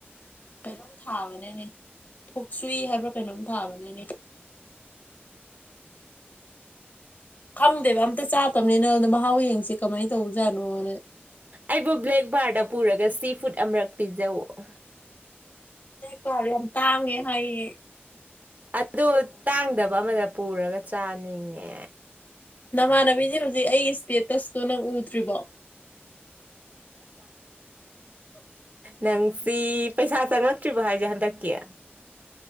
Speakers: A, on the left; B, on the right.
A: ꯀꯩꯅꯣꯝ ꯊꯥꯕꯅꯤꯅꯦ ꯊꯣꯛ ꯁꯨꯏ ꯍꯥꯏꯕ꯭ꯔꯥ ꯀꯩꯅꯣꯝ ꯊꯥꯕꯅꯦꯅꯦ ꯈꯪꯗꯦꯗ ꯑꯝꯇ ꯆꯥꯗꯕꯅꯤꯅ ꯑꯗꯣ ꯃꯍꯥꯎ ꯌꯦꯡꯁꯤ ꯀꯃꯥꯏꯅ ꯇꯧꯖꯥꯅꯣꯅ
B: ꯑꯩꯕꯨ ꯕ꯭ꯂꯦꯛ ꯕꯥꯔꯗ ꯄꯨꯔꯒ ꯁꯤ ꯐꯨ꯭ꯗ ꯑꯃꯔꯛ ꯄꯤꯖꯧ <unintelligible>
A: ꯕ꯭ꯂꯦꯛ ꯕꯥꯔ ꯌꯥꯝ ꯇꯥꯡꯉꯦ ꯍꯥꯏꯌꯦ
B: ꯑꯗꯨ ꯇꯥꯡꯗꯕ ꯑꯃꯗ ꯄꯨꯔꯒ ꯆꯥꯅꯤꯡꯉꯦ
A: ꯅꯃꯥꯅꯕꯤ <unintelligible> ꯑꯩ ꯏꯁꯇꯦꯇ꯭ꯁ ꯑꯗꯣ ꯅꯪ ꯎꯗ꯭ꯔꯤꯕꯣ
B: ꯅꯪꯁꯤ ꯄꯩꯁꯥ ꯆꯪꯉꯛꯇ꯭ꯔꯤꯕꯣ ꯍꯥꯏꯁꯦ ꯍꯟꯗꯛꯀꯤ